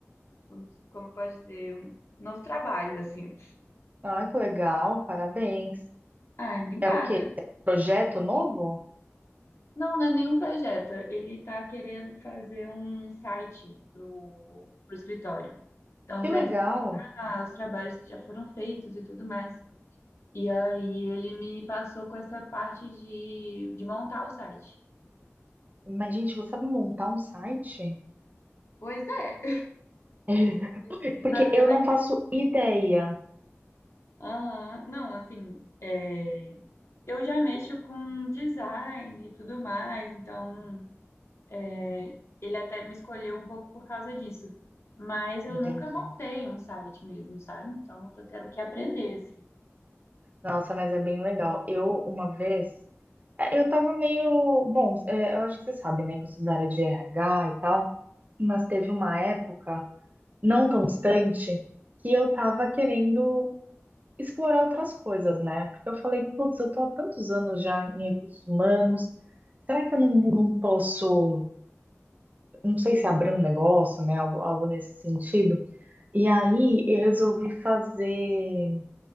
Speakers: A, on the left; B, on the right.
A: como como pode dizer, um novo trabalho, assim.
B: Ah, que legal, parabéns.
A: Ai, obrigada.
B: É o quê? Projeto novo?
A: Não, não é nenhum projeto. Ele tá querendo fazer um site pro, pro escritório. Então,
B: Que
A: para
B: legal.
A: divulgar os trabalhos que já foram feitos e tudo mais. E aí ele me passou com essa parte de, de montar o site.
B: Mas, gente, você sabe montar um site?
A: Pois é.
B: <laughs>
A: Esse que
B: Porque
A: tá
B: eu
A: sendo
B: não
A: a grande.
B: faço ideia.
A: Aham, Não, assim, é, eu já mexo com design e tudo mais, então é, ele até me escolheu um pouco por causa disso. Mas eu
B: Entendi.
A: nunca montei um site mesmo, sabe? Então eu tô tendo que aprender, assim.
B: Nossa, mas é bem legal. Eu, uma vez, é, eu tava meio. Bom, é, eu acho que você sabe, né, que eu sou da área de RH e tal, mas teve uma época não tão distante que eu tava querendo explorar outras coisas, né? Porque eu falei, putz, eu tô há tantos anos já em recursos humanos, será que eu não, não posso, não sei se abrir um negócio, né, algo, algo nesse sentido? E aí eu resolvi fazer